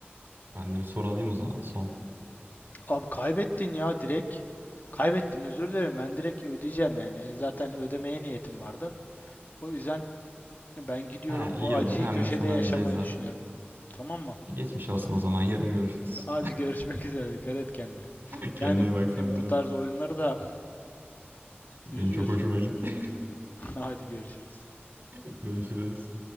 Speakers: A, on the right (about 55°); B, on the left (about 45°).
A: ben de bir soru alayım o zaman son.
B: Abi kaybettin ya direkt. Kaybettim özür dilerim. Ben direkt ödeyeceğim yani. Zaten ödemeye niyetim vardı. O yüzden ben gidiyorum
A: Ha iyi
B: bu acıyı
A: olur hem
B: köşede
A: de sana
B: yaşamayı
A: bir ceza.
B: düşünüyorum. Tamam mı?
A: E, Geçmiş olsun o zaman yarın görüşürüz.
B: Hadi görüşmek üzere. Dikkat et kendine.
A: <laughs> Kendine
B: Yani
A: iyi bak sen
B: bu
A: de.
B: tarz oyunları da
A: Benim
B: üzüyorsun.
A: çok hoşuma gitti.
B: <laughs> Hadi görüşürüz.
A: <laughs> Görüşürüz.